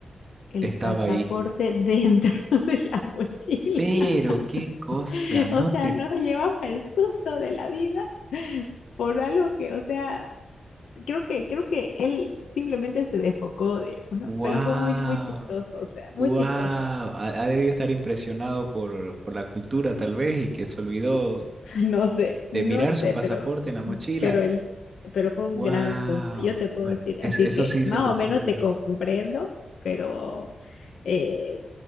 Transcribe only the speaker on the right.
Estaba
ahí.
Pero qué cosa,
no
te.
Wow,
wow.
Ha, ha debido estar impresionado por, por la cultura, tal vez, y que se olvidó
de mirar su
pasaporte
en la mochila.
¡Wow!
Bueno,
es-
eso
sí
se considera
grueso.